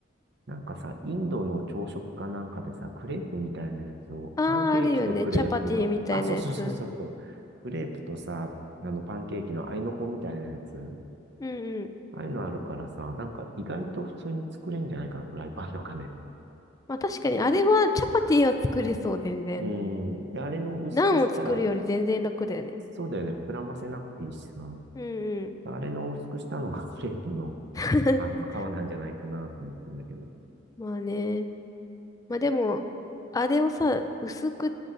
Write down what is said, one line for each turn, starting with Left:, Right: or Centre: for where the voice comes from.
Right: なんかさ、インドの朝食かなんかでさ、クレープみたいなやつを、
Left: ああ、
Right: パンケーキとクレープの、
Left: あるよね。チャパティみたいなやつ。
Right: あ、そうそうそうそうそう、クレープとさ、あのパンケーキの合いの子みたいなやつ、
Left: うんうん。
Right: ああいうのあるからさ、なんか意外と普通に作れんじゃないかな、フライパンとかね。
Left: まあ確かに、あれはチャパティは作れそう、全然。
Right: うん。で、あれの薄くしたら、
Left: ナンを作るより全然楽だよね。
Right: そうだよね、膨らませなくていいしさ。
Left: うんうん。
Right: あれの薄くしたのが <laughs> クレープの、
Left: <laughs>
Right: あの、皮なんじゃないかなと思ってんだけど。
Left: まあね。まあでも、あれをさ、薄く